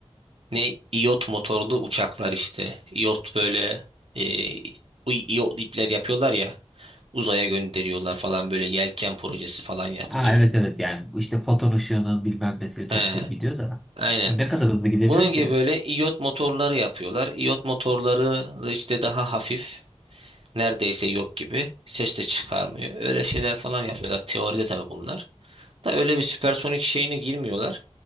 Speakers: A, on the right; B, in the centre.
A: Ne iyot motorlu uçaklar işte. İyot böyle e, bu iyotlu ipler yapıyorlar ya. Uzaya gönderiyorlar falan böyle yelken projesi falan yapılıyor.
B: Ha evet evet yani bu işte foton ışığının bilmem nesini toplayıp
A: He,
B: gidiyor da.
A: aynen.
B: O ne kadar hızlı gidebilir
A: Bunun gibi
B: ki?
A: böyle iyot motorları yapıyorlar. İyot motorları da işte daha hafif. Neredeyse yok gibi. Ses de çıkarmıyor. Öyle şeyler falan yapıyorlar. Teoride tabii bunlar. Da öyle bir süpersonik şeyine girmiyorlar.